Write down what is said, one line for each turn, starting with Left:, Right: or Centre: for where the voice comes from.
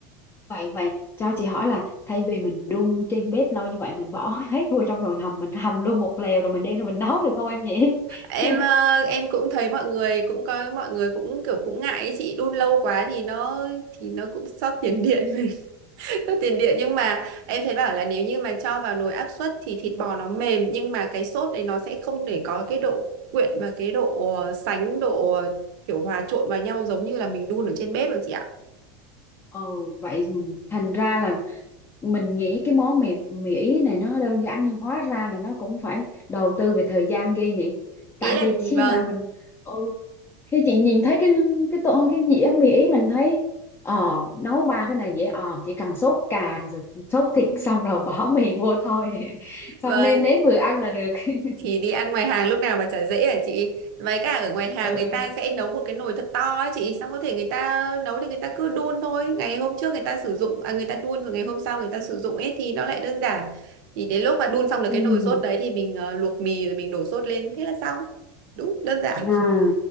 Left: vậy vậy cho chị hỏi là thay vì mình đun trên bếp lâu như vậy mình bỏ <laughs> hết vô trong nồi hầm mình hầm luôn một lèo rồi mình đem ra mình nấu được không em nhỉ
Right: em
Left: <laughs>
Right: ờ, em cũng thấy mọi người cũng có mọi người cũng kiểu cũng ngại ấy, chị đun lâu quá thì nó thì nó cũng xót tiền điện <laughs> sốt tiền điện nhưng mà em thấy bảo là nếu như mà cho vào nồi áp suất thì thịt bò nó mềm nhưng mà cái sốt đấy nó sẽ không để có cái độ quyện và cái độ ờ, sánh độ ờ, kiểu hòa trộn vào nhau giống như là mình đun ở trên bếp được chị ạ
Left: Ồ vậy thành ra là mình nghĩ cái món mì mì ý này nó đơn giản nhưng hóa ra là nó cũng phải đầu tư về thời gian ghê nhỉ
Right: ý
Left: tại
Right: là
Left: vì khi
Right: vâng
Left: mà mình ừ khi chị nhìn thấy cái cái tô cái dĩa mì ý mình thấy ờ nấu ba cái này dễ ờ chỉ cần sốt cà rồi sốt
Right: Ừ,
Left: thịt xong rồi bỏ mì vô thôi <laughs> xong
Right: vâng
Left: nêm nếm vừa ăn là được <laughs>
Right: thì đi ăn ngoài hàng lúc nào mà chả dễ hả chị với cả ở ngoài hàng
Left: ừ.
Right: người ta sẽ nấu một cái nồi thật to ấy chị xong có thể người ta nấu thì người ta cứ đun thôi ngày hôm trước người ta sử dụng à, người ta đun và ngày hôm sau người ta sử dụng ấy thì nó lại đơn giản thì đến lúc mà đun xong được
Left: Ừ.
Right: cái nồi sốt đấy thì mình ờ, luộc mì rồi mình đổ sốt lên thế là xong đúng đơn giản
Left: À,